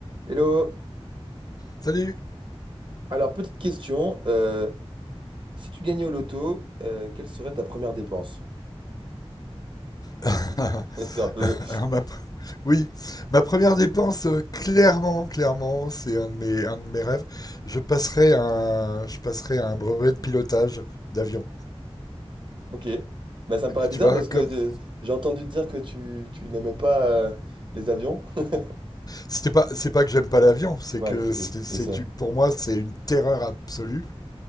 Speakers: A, on the right (about 50°); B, on the left (about 40°).
A: Hello.
B: Salut.
A: Alors, petite question. euh, si tu gagnais au loto, euh, quelle serait ta première dépense? <laughs>
B: <laughs>
A: C'est un peu...
B: Alors ma, oui, ma première dépense, euh, clairement, clairement, c'est un de mes, un de mes rêves. Je passerai à un, je passerai à un brevet de pilotage d'avion.
A: Ok. Bah, ça me paraît bizarre
B: Tu vois,
A: parce
B: comme
A: que de- j'ai entendu dire que tu, tu n'aimais pas euh, les avions. <laughs>
B: c'est pas, c'est pas que j'aime pas l'avion, c'est
A: Ouais,
B: que
A: c'est
B: c'est,
A: oui,
B: c'est
A: je sais.
B: une- pour moi, c'est une terreur absolue